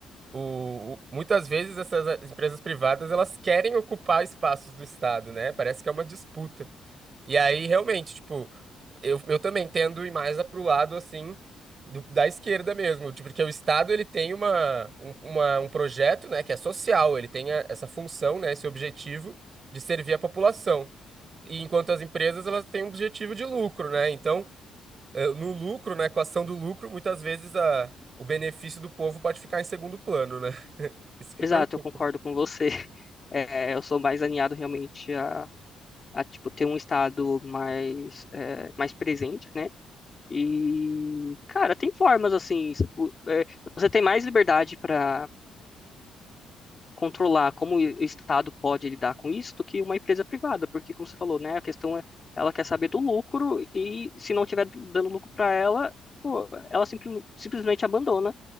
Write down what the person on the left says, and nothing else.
Exato,
eu concordo com você. <laughs> É, eu sou mais alinhado realmente a, a tipo, ter um Estado mais, é, mais presente, né? E, cara, tem formas assim. o- é, Você tem mais liberdade para controlar como o Estado pode lidar com isso do que uma empresa privada, porque, como você falou, né, a questão é ela quer saber do lucro e se não tiver dando lucro para ela, pô, ela simplim- simplesmente abandona